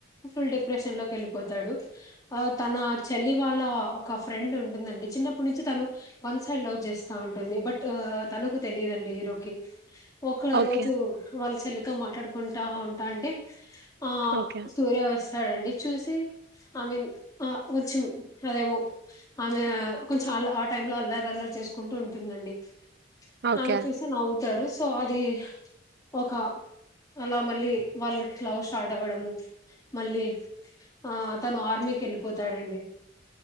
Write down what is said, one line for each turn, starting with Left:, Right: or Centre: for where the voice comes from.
Left: ఫుల్ డిప్రెషన్ లోకి వెళ్ళిపోతాడు ఆ తన చెల్లి వాళ్ళ ఒక ఫ్రెండ్ ఉంటుందండి చిన్నప్పటి నుంచి తను వన్ సైడ్ లవ్ చేస్తా ఉంటుంది బట్ తనకు తెలియదండి హీరోకి ఒ
Right: ఓకే
Left: రోజు వాళ్ళ చెల్లితో మాట్లాడుకుంటా ఉంటా అంటే ఆ <unintelligible>
Right: ఓకే
Left: చడండి చూసి ఐ మీన్ ఆ కొంచెం అదేమో ఆమె కొంచెం అల్ ఆ టైమ్ లో అల్లరి అల్లరి చేసుకుంటూ ఉంటుందండి
Right: ఓకే
Left: ఆమె చూసి నవ్వుతారు సో అది ఒక అలా మళ్ళీ వాళ్ళకి లవ్ స్టార్ట్ అవ్వడము మళ్ళీ ఆ తను ఆర్మీకి వెళ్ళిపోతాడండి